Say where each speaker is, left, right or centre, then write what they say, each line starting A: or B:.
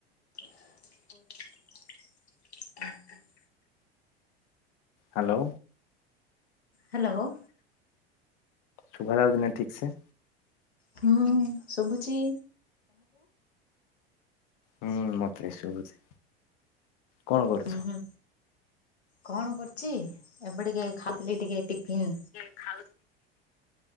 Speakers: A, on the left; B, on the left.
A: <inaudible>
B: ହ୍ୟାଲୋ।
A: ହ୍ୟାଲୋ।
B: ଶୁଭା ଯାଉଛି ନା ଠିକ୍ ସେ?
A: ହୁଁ ଶୁଭୁଛିି।
B: ହୁଁ ମତେ ବି ଶୁଭୁଛି। କଣ କରୁଛ?
A: ହୁଁ ହୁଁ କଣ କରଛି? ଏବେ ଟିକେ ଖାଉଥିଲି ଟିକେ ଟିଫିନ୍।
B: ଆଚ୍ଛା